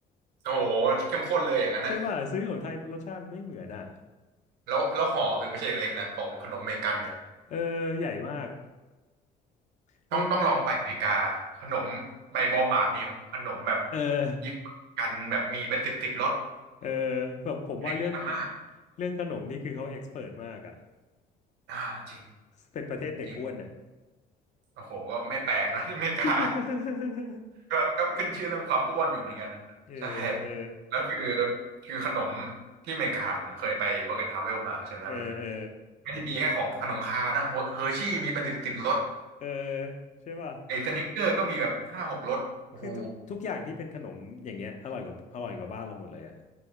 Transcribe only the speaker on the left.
ใช่ป่ะซื้อของไทยมันรสชาติมันไม่เหมือนอะ
เออใหญ่มากแล้วมัน
เออเออ
เออแบบผมว่าเรื่อง
เรื่องขนมนี่คือเขาเอ็กซ์เพิร์มากอะ
เป็นประเทศเด็กอ้วนอะ
<laughs>
เออเออ
เออเออ
เออใช่ป่ะ
คือทุกทุกอย่างที่เป็นขนมอย่างเงี้ยอร่อยกว่าอร่อยกว่าบ้านเราหมดเลยอะ